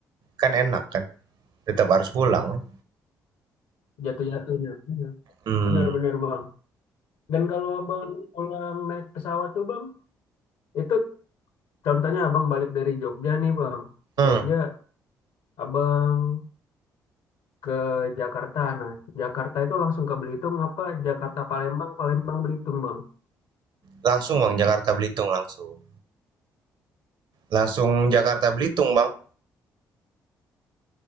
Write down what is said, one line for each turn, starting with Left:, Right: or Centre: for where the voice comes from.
Right: Kan enak kan, tetap harus pulang. kan?
Left: Jatuh-jatuhnya. Iya.
Right: Hmm.
Left: Benar-benar Bang. Dan kalau Abang pulang naik pesawat tuh Bang, itu contohnya Abang balik dari Jogja nih Bang.
Right: Hmm,
Left: Jogja, Abang ke Jakarta. Nah, Jakarta itu langsung ke Belitung apa Jakarta Palembang, Palembang Belitung Bang.
Right: langsung Bang Jakarta Belitung langsung. Langsung Jakarta Belitung, Bang.